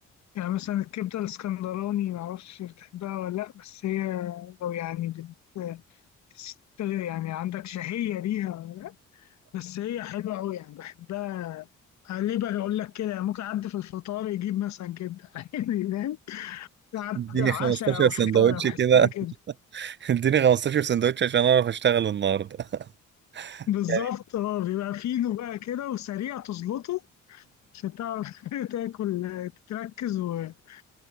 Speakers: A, on the left (about 65°); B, on the right (about 40°).
A: يعني مثلا الكبده الاسكندراني ما اعرفش بتحبها ولا لا بس هي او يعني بت بتست- يعني عندك شهيه ليها ولا لأ، بس هي حلوه قوي يعني بحبها ليه بقى اقول لك كده يعني ممكن اعدي في الفطار يجيب مثلا كبده <laughs> عادي فاهم بعد
B: اديني
A: عشاء
B: 15
A: او
B: سندوتش
A: فطار أو بحسها
B: كده
A: كده
B: <laughs> اديني 15 سندوتش عشان اعرف اشتغل النهارده <laughs>
A: بالظبط
B: يعني
A: اه بيبقى فينو بقى كده وسريع تزلطه عشان تعرف <laughs> تاكل تتركز ويعني